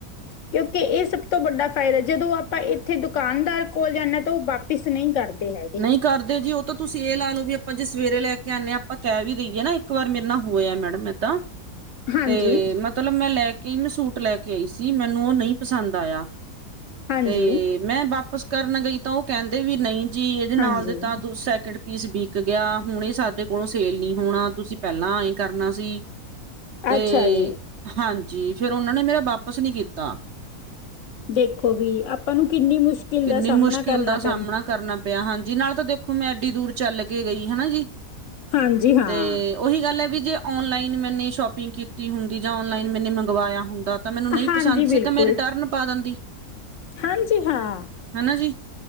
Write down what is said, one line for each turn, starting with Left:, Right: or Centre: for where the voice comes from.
Left: ਕਿਉਂਕਿ ਇਹ ਸਭ ਤੋਂ ਵੱਡਾ ਫਾਇਦਾ ਜਦੋਂ ਆਪਾਂ ਇੱਥੇ ਦੁਕਾਨਦਾਰ ਕੋਲ ਜਾਂਦੇ ਤਾਂ ਉਹ ਵਾਪਿਸ ਨਹੀਂ ਕਰ ਦੇ ਹੈਗੇ।
Right: ਨਹੀਂ ਕਰਦੇ ਜੀ ਉਹ ਤਾਂ ਤੁਸੀਂ ਇਹ ਲਾ ਲਓ ਵੀ ਆਪਾਂ ਜੇ ਸਵੇਰੇ ਲੈ ਕੇ ਆਉਨੇ ਹਾਂ ਆਪਾਂ ਕਹਿ ਵੀ ਦੇਈਏ ਨਾ ਇੱਕ ਵਾਰ ਮੇਰੇ ਨਾਲ ਹੋਇਆ। ਮੈਡਮ ਇਦਾ
Left: ਹਾਂਜੀ
Right: ਤੇ ਮਤ ਮਤਲਬ ਮੈਂ ਲੈ ਕੇ ਮੈਂ ਸੂਟ ਲੈ ਕੇ ਆਈ ਸੀ ਮੈਨੂੰ ਉਹ ਨਹੀਂ ਪਸੰਦ ਆਇਆ
Left: ਹਾਂਜੀ
Right: ਤੇ। ਮੈਂ ਵਾਪਿਸ ਕਰਨ ਗਈ ਤਾਂ ਉਹ ਕਹਿੰਦੇ ਵੀ ਨਹੀਂ ਜੀ ਇਹਦੇ ਨਾਲ
Left: ਹਾਂਜੀ
Right: ਦੇ ਤਾਂ ਦ ਸੈਕਿੰਡ ਪੀਸ ਬਿਕ ਗਿਆ ਹੁਣੇ ਸਾਡੇ ਕੋਲੋਂ ਸੇਲ ਨੀ ਹੋਣਾ ਤੁਸੀਂ ਪਹਿਲਾਂ ਐਏ ਕਰਨਾ ਸੀ। ਤੇ
Left: ਅੱਛਾ ਜੀ
Right: ਹਾਂਜੀ ਫੇਰ ਉਹਨਾਂ ਨੇ ਮੇਰਾ ਵਾਪਿਸ ਨੀ ਕੀਤਾ।
Left: ਦੇਖੋ ਵੀ ਆਪਾਂ ਨੂੰ ਕਿੰਨੀ ਮੁਸ਼ਕਿਲ
Right: ਕਿੰਨੀ
Left: ਦਾ ਸਾਹਮਣਾ
Right: ਮੁਸ਼ਕਿਲ
Left: ਕਰਨਾ
Right: ਦਾ ਸਾਹਮਣਾ
Left: ਪੈਂਦਾ।
Right: ਕਰਨਾ ਹਾਂਜੀ ਨਾਲੇ ਤਾਂ ਦੇਖੋ ਮੈਂ ਐਡੀ ਦੂਰ ਚੱਲ ਕੇ ਗਈ ਹਨਾ ਜੀ
Left: ਹਾਂਜੀ ਹਾਂ
Right: ਤੇ ਉਹੀ ਗੱਲ ਹੈ ਵੀ ਜੇ ਔਨਲਾਈਨ ਮੈਨੇ ਸ਼ੋਪਿੰਗ ਕੀਤੀ ਹੁੰਦੀ ਜਾਂ ਔਨਲਾਈਨ ਮੈਨੇ ਮੰਗਵਾਇਆ ਹੁੰਦਾ। ਤਾਂ ਮੈਨੂੰ ਨਹੀਂ
Left: ਹਾਂਜੀ
Right: ਪਸੰਦ
Left: ਬਿਲਕੁਲ
Right: ਸੀ ਤਾਂ ਮੈਂ ਰਿਟਰਨ ਪਾ ਦਿੰਦੀ।
Left: ਹਾਂਜੀ ਹਾਂ,
Right: ਹਨਾ ਜੀ